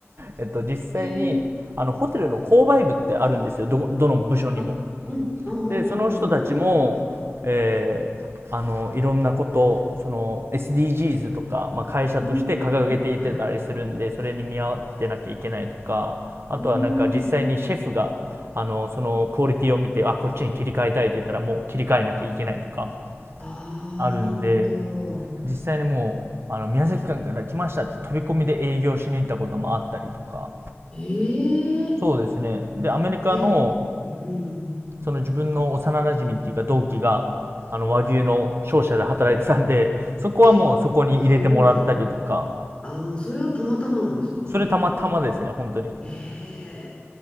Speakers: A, on the right (about 60°); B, on the left (about 25°).
A: えっと、実際に、
B: へえ。
A: あの、ホテルの購買部ってあるんですよ、どこ、どの部署にも。
B: あ、うん。ああ、
A: で、その人たちも、
B: ああ、なるほど。
A: えーあの、いろんなこと、その、SDGs とか、まあ、会社として掲げていてたりするんで、
B: うん。はい。
A: それに見合ってなきゃいけないとか、あとはなんか実際にシェフが、
B: うん。
A: あの、そのクオリティを見て、あ、こっちに切り替えたいって言ったらもう切り替えなきゃいけないとか、
B: ああ、
A: あるんで、
B: なるほど。
A: 実際にもうあの宮崎県から来ましたって飛び込みで営業しに行ったこともあったりとか
B: ええ
A: そうですねでアメリカの
B: え、うん。
A: その自分の幼なじみっていうか同期があの和牛の商社で働いてたんでそこはもうそこに入れてもらったりとか
B: え、すごい。あ、もうそれはたまたまなんですか
A: それたまたまですね本当に
B: え